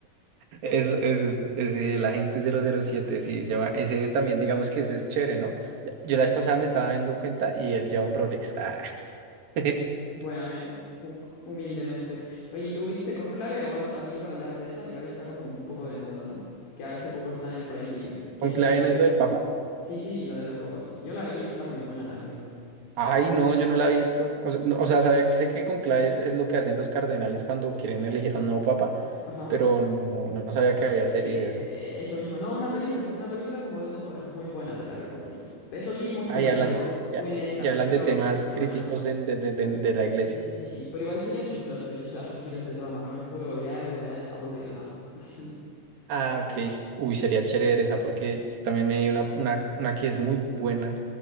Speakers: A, on the right; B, on the left.
A: Eso, eso, ese, el agente cero cero siete sí, lleva, ese también, digamos que ese es chévere, ¿no? Yo la vez pasada me estaba dando cuenta y él lleva un Rolex. Ah. <laughs>
B: Bueno, eh, hu- humildemente. Oye, ¿y tú viste Conclave o has sabido hablar de esa? Igual está como un poco de moda, ¿no? Que ahora hace poco está en el Prime Video, que
A: ¿Conclave
B: es de...
A: no es lo del Papa?
B: Sí, sí, la de los papás. Yo la vi, está muy buena, la verdad.
A: Ay, no, yo no la he visto. O, sea, no- o sea, sabía que sé que conclave es, es lo que hacen los cardenales cuando quieren elegir a un nuevo papa,
B: Ajá.
A: pero no, no sabía que había serie
B: Y, eh,
A: de eso.
B: eso mismo, no, una película, una película como de dos horas, muy buena, te la recomiendo. Eso sí, mucho
A: Ahí
B: diálogo,
A: hablan, ya,
B: muy lenta,
A: y hablan
B: pero,
A: de temas
B: pero
A: críticos
B: buena.
A: en- de, de de- de la iglesia.
B: Sí, sí, sí, sí, pero igual tiene sus plot twists, o sea, sus giros de trama, no es puro diálogo, eh, aburrido, no. <laughs>
A: Ah, ok. Uy, sería chévere esa porque también me di una, una, una que es muy buena.